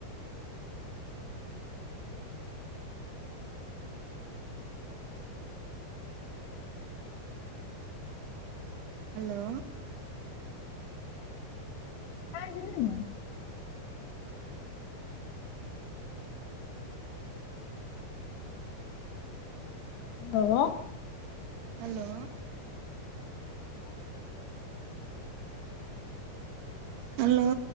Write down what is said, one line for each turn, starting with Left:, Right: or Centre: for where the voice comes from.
Right: हेलो
Left: आइ भेलै नऽ हेलो
Right: हेलो हेलो